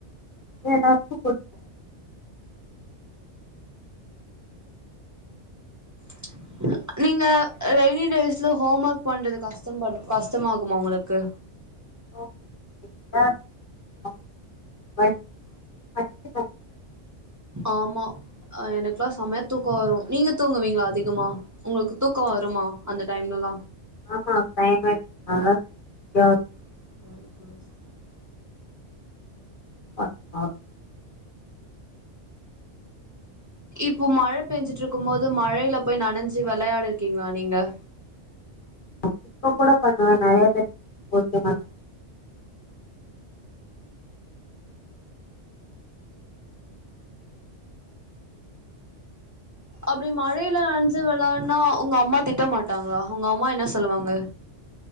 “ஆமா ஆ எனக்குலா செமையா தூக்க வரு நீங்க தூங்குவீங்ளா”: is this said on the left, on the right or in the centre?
Right